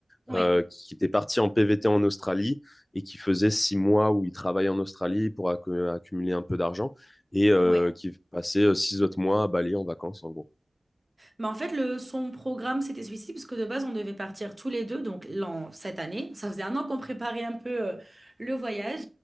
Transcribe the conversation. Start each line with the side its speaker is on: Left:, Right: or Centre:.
Right: Oui,
Left: euh, qui était parti en PVT en Australie et qui faisait six mois où il travaillait en Australie pour accu- accumuler un peu d'argent et euh,
Right: oui.
Left: qui passait euh, six autres mois à Bali en vacances en gros.
Right: Mais en fait, le, son programme, c'était celui-ci, parce que de base, on devait partir tous les deux, donc l'an, cette année. Ça faisait un an qu'on préparait un peu euh, le voyage.